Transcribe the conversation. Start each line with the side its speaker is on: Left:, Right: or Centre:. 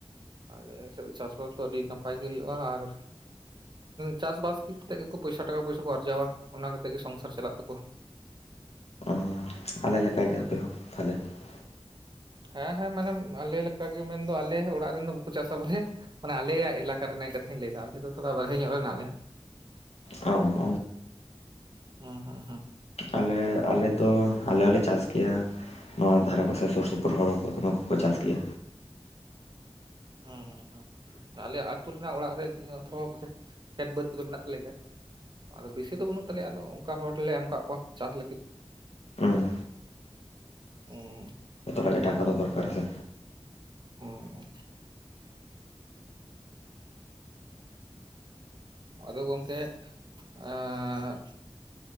Right: ᱟᱞᱮ ᱥᱮᱫ ᱪᱟᱥ ᱵᱟᱥ ᱫᱚ ᱟᱹᱰᱤ ᱱᱟᱯᱟᱭ ᱜᱮ ᱦᱩᱭᱩᱜᱼᱟ ᱟᱨ ᱪᱟᱥ ᱵᱟᱥ ᱠᱟᱛᱮᱜ ᱜᱮᱠᱚ ᱯᱚᱭᱥᱟ ᱴᱟᱠᱟ ᱯᱚᱭᱥᱟ ᱟᱨᱡᱟᱣᱟ ᱚᱱᱟ ᱠᱟᱛᱮᱜ ᱜᱮ ᱥᱚᱝᱥᱟᱨ ᱪᱟᱞᱟᱜ ᱛᱟᱠᱚᱣᱟ᱾
Left: ᱚ ᱟᱞᱮ ᱞᱮᱠᱟ ᱜᱮ ᱟᱯᱮ ᱦᱚᱸ ᱛᱟᱦᱚᱞᱮ ᱾
Right: ᱦᱮᱸᱦᱮᱸ ᱢᱟᱱᱮᱢ ᱟᱞᱮ ᱞᱮᱠᱟ ᱜᱮ ᱢᱮᱱᱫᱚ ᱟᱞᱮᱷ ᱚᱲᱟᱜ ᱨᱮᱱ ᱫᱚ ᱵᱟᱠᱚ ᱪᱟᱥᱟ ᱵᱚᱞᱮ ᱢᱟᱱᱮ ᱟᱞᱮᱭᱟᱜ ᱮᱞᱟᱠᱟ ᱨᱮᱱᱟᱜ ᱠᱟᱛᱷᱟᱧ ᱞᱟᱹᱭ ᱮᱫᱟ ᱟᱞᱮ ᱫᱚ ᱛᱷᱚᱲᱟ ᱵᱟᱨᱦᱮ ᱧᱚᱜ ᱨᱮ ᱦᱮᱱᱟᱜ ᱞᱮᱭᱟ᱾
Left: ᱚᱸ᱾
Right: ᱩᱸ ᱦᱩᱸ ᱦᱩᱸ ᱾
Left: ᱟᱞᱮ ᱟᱞᱮ ᱫᱚ ᱟᱞᱮ ᱦᱚᱸᱞᱮ ᱪᱟᱥ ᱜᱮᱭᱟ ᱱᱚᱣᱟ ᱫᱷᱟᱨᱮ ᱯᱟᱥᱮ ᱥᱩᱨ ᱥᱩᱯᱩᱨ ᱦᱚᱲ ᱠᱚ ᱫᱚ <unintelligible> ᱠᱚ ᱠᱚ ᱪᱟᱥ ᱜᱮᱭᱟ
Right: ᱩᱸᱦᱩᱸ ᱾ ᱟᱞᱮᱭᱟᱜ ᱟᱹᱛᱩ ᱨᱮᱱᱟᱜ ᱚᱲᱟᱜ ᱨᱮ ᱮᱸ ᱛᱷᱚᱲᱚᱠ ᱪᱮᱷ ᱠᱷᱮᱛ ᱵᱟᱹᱫᱽ ᱠᱚᱫᱚ ᱢᱮᱱᱟᱜ ᱛᱟᱞᱮ ᱜᱮᱭᱟ ᱾ ᱟᱫᱚ ᱵᱤᱥᱤ ᱫᱚ ᱵᱟᱹᱱᱩᱜ ᱛᱟᱞᱮᱭᱟ ᱟᱫᱚ ᱚᱝᱠᱟ ᱦᱚᱲ ᱞᱮ ᱮᱢ ᱠᱟᱜ ᱠᱚᱣᱟ ᱪᱟᱥ ᱞᱟᱹᱜᱤᱫ
Left: ᱦᱩᱸ
Right: ᱩᱸᱻ,
Left: ᱮ ᱴᱟᱠᱟ ᱠᱚ ᱫᱚᱠᱟᱨᱟ ᱥᱮ
Right: ᱩᱸ ᱩᱸ ᱟᱫᱚ ᱜᱚᱝᱠᱮ ᱟᱸᱻ